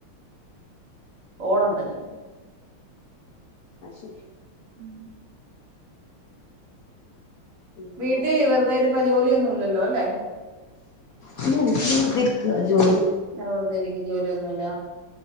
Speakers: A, on the right; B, on the left.
A: ഓടണ്ടല്ലോ
B: അ ശരി
A: ഉം
B: പിന്നെ
A: വീട്ടി വെറുതെരു ജോലിയൊന്നുല്ലല്ലോ അല്ലെ
B: ഇല്ല വീട്ടില് വെറുതെ ക്ക ജോ
A: ന വെറുതെരിക്കു ജോലിയൊന്നുല്ല